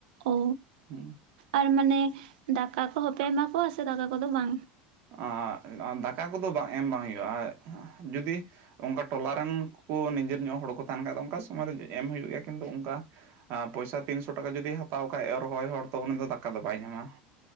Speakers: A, on the right (about 80°); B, on the right (about 55°).
A: ᱚᱻ
B: ᱦᱩᱸ
A: ᱟᱨ ᱢᱟᱱᱮ, ᱫᱟᱠᱟ ᱠᱚᱦᱚᱸ ᱯᱮ ᱮᱢᱟ ᱠᱚᱣᱟ ᱥᱮ ᱫᱟᱠᱟ ᱠᱚ ᱫᱚ ᱵᱟᱝ?
B: ᱟᱸᱻ ᱫᱟᱠᱟ ᱠᱚ ᱫᱚ ᱵᱟ ᱮᱢ ᱵᱟᱝ ᱦᱩᱭᱩᱜᱼᱟ ᱾ᱡᱩᱫᱤ ᱚᱱᱠᱟ ᱴᱚᱞᱟ ᱨᱮᱱ ᱠᱚ ᱱᱤᱡᱮᱨ ᱧᱚᱜ ᱦᱚᱲ ᱠᱚ ᱛᱟᱦᱮᱱ ᱠᱷᱟᱱ ᱫᱚ ᱚᱱᱠᱟ ᱥᱚᱢᱚᱭ ᱨᱮ ᱮᱢ ᱦᱩᱭᱩᱜ ᱜᱮᱭᱟ ᱠᱤᱱᱛᱩ ᱚᱱᱠᱟ ᱯᱚᱭᱥᱟ ᱛᱤᱱᱥᱚ ᱴᱟᱠᱟ ᱡᱩᱫᱤ ᱦᱟᱛᱟᱣ ᱟᱠᱟᱜᱼᱟᱭ ᱮᱱ ᱨᱮ ᱦᱚᱸ ᱦᱚᱲ ᱫᱚ ᱩᱱᱤ ᱫᱟᱠᱟ ᱫᱚ ᱵᱟᱭ ᱧᱟᱢᱟ ᱾